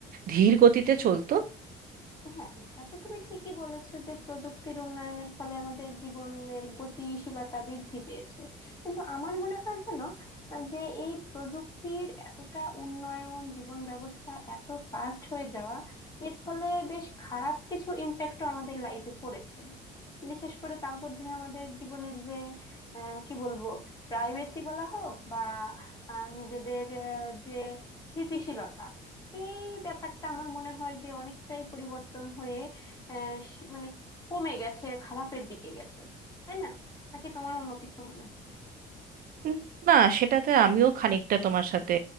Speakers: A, on the right; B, on the left.
A: ধীর গতিতে চলতো
B: হ্যাঁ এটা তো তুমি ঠিকই বলেছো যে প্রযুক্তির উন্নয়নের ফলে আমাদের জীবনের গতিশীলতা বৃদ্ধি পেয়েছে কিন্তু আমার মনে হয় যেন আহ, যে এই প্রযুক্তির এতটা উন্নয়ন জীবন ব্যবস্থা এত ফাস্ট হয়ে যাওয়া এর ফলে বেশ খারাপ কিছু ইম্প্যাক্টও আমাদের লাইফে পড়েছে বিশেষ করে তার মধ্যে আমাদের জীবনের যে আহ, কি বলবো প্রাইভেসি বলা হোক বা আহ, নিজেদের আহ, যে স্থিতিশীলতা এই ব্যাপারটা আমার মনে হয় যে অনেকটাই পরিবর্তন হয়ে আহ, সে- মানে কমে গেছে খারাপের দিকে গেছে তাই না নাকি তোমার অন্য কিছু মনে হয়
A: উম, না সেটাতে আমিও খানিকটা তোমার সাথে